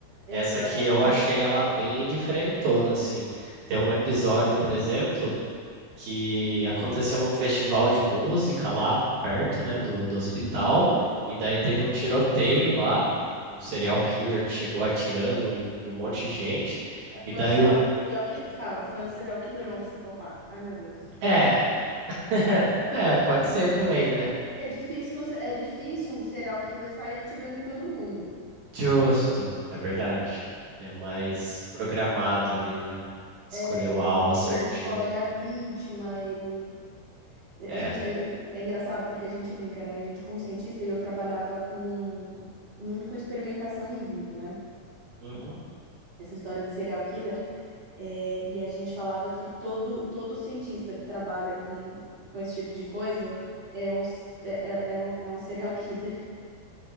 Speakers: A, on the right; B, on the right.
A: Exatamente.
B: Essa aqui eu achei ela bem diferentona, assim. Tem um episódio, por exemplo, que aconteceu um festival de música lá perto, né, do, do hospital,
A: Uhum.
B: e daí teve um tiroteio lá, um serial killer que chegou atirando em, em um monte de gente, e
A: Foi
B: daí
A: um serial,
B: o...
A: serial killer. Calma, foi um serial killer ou um psicopata? Ai, meu Deus.
B: É, <laughs> é, pode ser também, né?
A: É difícil, que um é difícil um serial killer sair atirando em todo mundo.
B: Justo, é verdade. É mais programado ali, né? Escolheu
A: É, ele,
B: o alvo
A: ele
B: certinho.
A: escolhe a vítima, ele. É,
B: É.
A: A gente é, é engraçado porque a gente brinca, né? A gente, como cientista, e eu trabalhava com muito com experimentação em vivo, né?
B: Uhum.
A: Essa história de serial killer. é, e a gente falava que todo, todo cientista que trabalha com, com esse tipo de coisa é um, s- é, é- é um, é um serial killer.